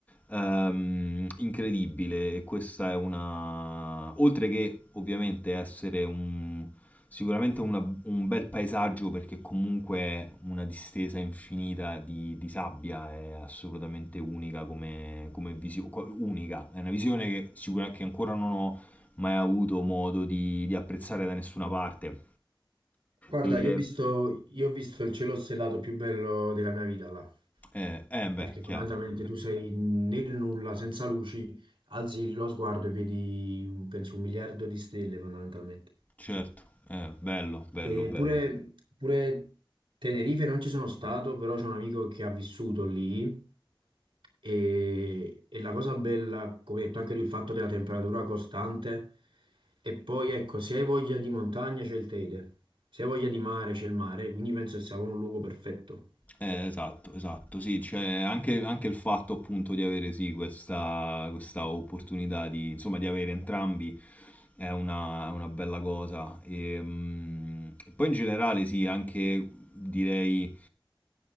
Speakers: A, on the left; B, on the right.
A: ehm, incredibile e questa è una... oltre che ovviamente essere un Sicuramente una- un bel paesaggio perché comunque una distesa infinita di, di sabbia è assolutamente unica come, come visione, unica, è una visione che, sicura- che ancora non ho mai avuto modo di, di apprezzare da nessuna parte.
B: Guarda,
A: E
B: io ho visto, io ho visto il cielo stellato più bello della mia vita là.
A: eh, eh, beh,
B: perché
A: chiaro,
B: fondamentalmente tu sei nel nulla, senza luci, alzi lo sguardo e vedi, un- penso, un miliardo di stelle fondamentalmente.
A: certo, eh, bello, bello,
B: E
A: bello.
B: pure, pure Tenerife non ci sono stato, però c'è un amico che ha vissuto lì e, e la cosa bella, come hai detto anche tu, il fatto della temperatura costante e poi ecco, se hai voglia di montagna c'è il Teide, se hai voglia di mare c'è il mare, quindi penso che sia proprio un luogo perfetto.
A: Eh, esatto, esatto, sì, cioè anche, anche il fatto appunto di avere sì questa, questa opportunità di, insomma, di avere entrambi è una, è una bella cosa. E, mm, e poi in generale sì, anche direi eh,